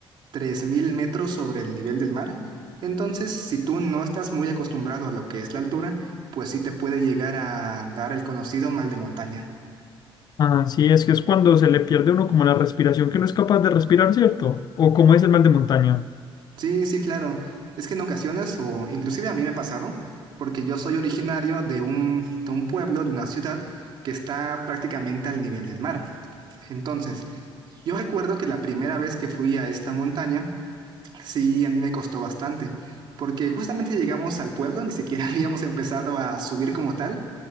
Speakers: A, on the right; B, on the left.
A: 3000 metros sobre el nivel del mar. Entonces, si tú no estás muy acostumbrado a lo que es la altura, pues sí te puede llegar a dar el conocido mal de montaña.
B: Ah, sí, es que es cuando se le pierde a uno como la respiración que no es capaz de respirar, ¿cierto? ¿O cómo es el mal de montaña?
A: Sí, sí, claro. Es que en ocasiones, o inclusive a mí me ha pasado, porque yo soy originario de un, de un pueblo, de una ciudad que está prácticamente al nivel del mar. Entonces, yo recuerdo que la primera vez que fui a esta montaña, sí, a mí me costó bastante, porque justamente llegamos al pueblo, ni siquiera <laughs> habíamos empezado a subir como tal,